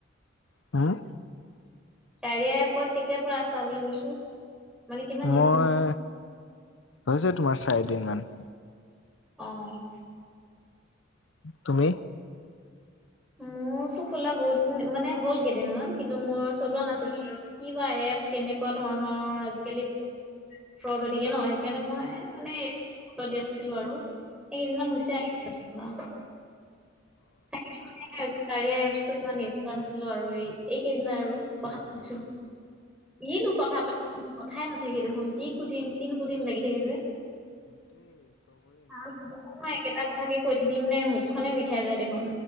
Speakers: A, on the left; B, in the centre.
A: হ'ম
B: কাৰিয়া এপত কেতিয়াৰ পৰা আছা বুলি কৈছো। মানে কিমান দিন
A: মই
B: হ'ল?
A: হৈছে তোমাৰ চাৰিদিন মান।
B: অহ'
A: তুমি
B: মোৰতো খোলা বহুত দিন মানে হ'ল কেইদিনমান কিন্তু মোৰ চলোৱা নাছিলো আৰু কিবা এপছ কেনেকুৱা ধৰণৰ আজিকালি ফ্ৰৰদ হৈ গতিকে ন সেইকাৰণে মই মানে গুৰুত্ব দিয়া নাছিলো আৰু। এইেকেইদিনমান হৈছে আৰু এতিয়া চলোৱা। সেইকেইদিন কাৰিয়াএপছটো ইমান ইউজ কৰা নাছিলো আৰু এই এইকেইদিন আৰু কথা পাতিছো কিনো কথা পাতিম। কথাই নথাকে দেখোন কি সুধিম কি নুসুধিম লাগি থাকে যে। <unintelligible> একেটা কথাকে। কৈ থাকিম নে মুখখনে বিষাই যায় দেখোন।